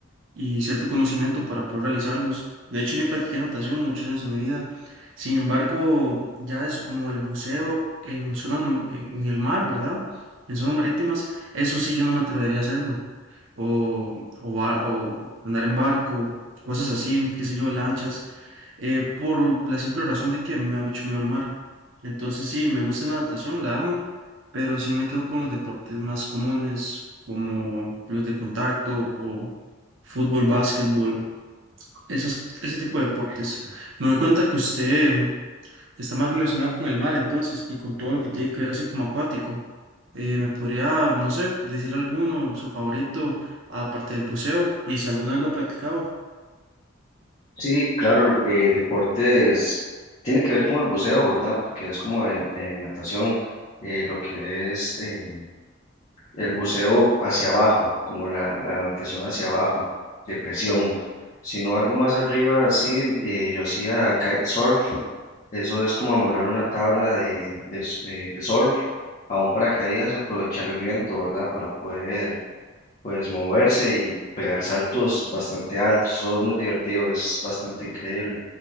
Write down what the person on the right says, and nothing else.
y cierto conocimiento para poder realizarlos. De hecho, yo practiqué natación muchos años de mi vida. Sin embargo, ya eso como el buceo en zonas, m- en el mar, ¿verdad? En zonas marítimas, eso sí yo no me atrevería a hacerlo. O, o, ba- o andar en barco, cosas así, qué sé yo, lanchas eh, por la simple razón de que me da mucho miedo el mar. Entonces sí, me gusta la natación, la amo, pero sí me quedo con los deportes más comunes, como los de contacto o fútbol, básquetbol, esas, ese tipo de deportes. Me doy cuenta que usted está más relacionado con el mar entonces y con todo lo que tiene que ver así como acuático. Eh, ¿me podría, no sé, decir alguno, su favorito, aparte del buceo, y si alguna vez lo ha practicado?